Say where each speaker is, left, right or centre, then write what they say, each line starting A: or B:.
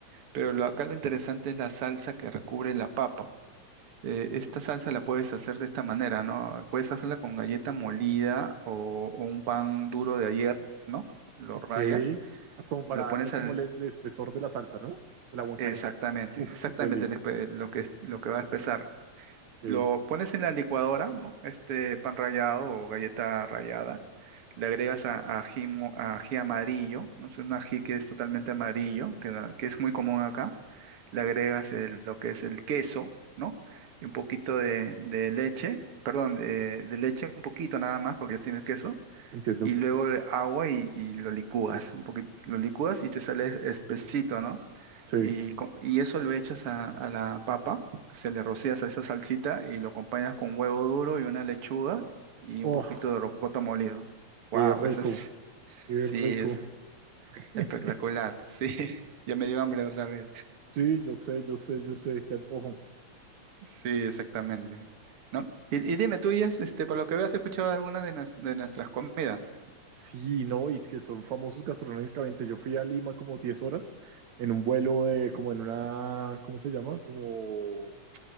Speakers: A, on the right; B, on the right.
A: pero lo, acá lo interesante es la salsa que recubre la papa. eh, esta salsa la puedes hacer de esta manera, ¿no? Puedes hacerla con galleta molida o, o un pan duro de ayer, ¿no? Lo
B: Ok,
A: rayas,
B: ah, como
A: lo
B: para darle
A: pones
B: como
A: al...
B: el, el espesor de la salsa, ¿no? De la huancaína.
A: Exactamente,
B: Uf,
A: exactamente
B: deli,
A: el espe- lo que, lo que va a espesar.
B: ok,
A: Lo
B: eh,
A: pones en la licuadora, ¿no? Este pan rallado o galleta rallada. Le agregas a, ají, mo- ají amarillo, ¿no? Es un ají que es totalmente amarillo, que, la- que es muy común acá. Le agregas el- lo que es el queso, ¿no? Y un poquito de, de leche, perdón, de, de leche, un poquito nada más, porque ya tiene el queso
B: entiendo,
A: y luego el agua y, y lo licúas, un poquito, lo licúas y te sale espesito, ¿no?
B: sí.
A: Y, co- y eso lo echas a, a la papa, se le rocías a esa salsita y lo acompañas con huevo duro y una lechuga y
B: Oh,
A: un poquito de rocoto molido. ¡Wow!
B: qué rico,
A: Eso es,
B: qué
A: sí,
B: rico.
A: es
B: <laughs>
A: espectacular. Sí, <laughs> ya me dio hambre otra vez.
B: Sí, yo sé, yo sé, yo sé, qué antojo.
A: Sí, exactamente. ¿No? Y, y dime, tú ya, este, por lo que veo, has escuchado alguna de, nues- de nuestras comidas.
B: Sí, no, y que son famosos gastronómicamente. Yo fui a Lima como 10 horas en un vuelo de, como en una, ¿cómo se llama? Como